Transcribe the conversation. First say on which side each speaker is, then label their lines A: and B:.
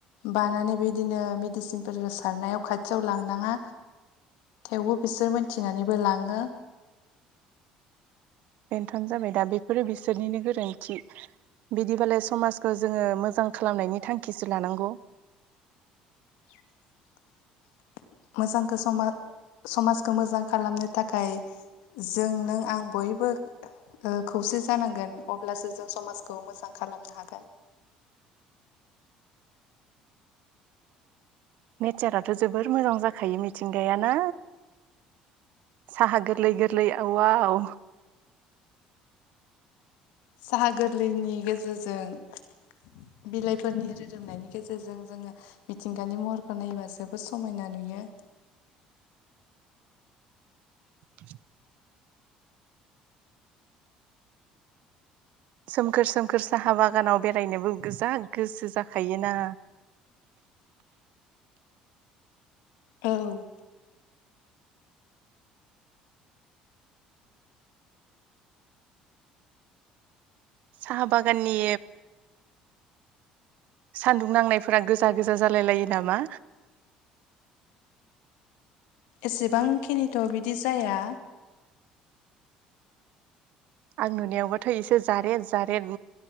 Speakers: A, on the left; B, on the right.
A: बानानै बेदिनो मेडिसिनफोर सारनायाव खाथियाव लांनाङा थेवबो बिसोर मोनथिनानैबो लाङो।
B: बेन्थ'न जाबाय दा बेफोरो बिसोरनिनो गोरोन्थि। बिदिबालाय समाजखौ जोङो मोजां खालामनायनि थांखिसो लानांगौ।
A: <inaudible> मोजांखौ समाज समाजखौ मोजां खालामनो थाखाय जों नों आं बयबो ओ खौसे जानांगोन अब्लासो जों समाजखौ मोजां खालाम खालामनो हागोन।
B: नेचाराथ' जोबोर मोजां जाखायो मिथिंगायाना साहा गोरलै गोरलै आव वाव
A: साहा गोरलैनि गेजेरजों बिलाइफोरनि रोदोमनायनि गेजेरजों जोङो मिथिंगानि महरखौ नायोबा जोबोद समायना नुयो। यो
B: <inaudible> सोमखोर सोमखोर साहा बागानाव बेरायनोबो गो जा गोसो जाखायोना।
A: <inaudible> औ
B: साहा बागाननि सान्दुं नांनायफोरा गोजा गोजा जालाय लायो नामा?
A: एसेबांखिनिथ' बिदि जाया।
B: आं नुनायावबाथ' एसे जारेद जारेद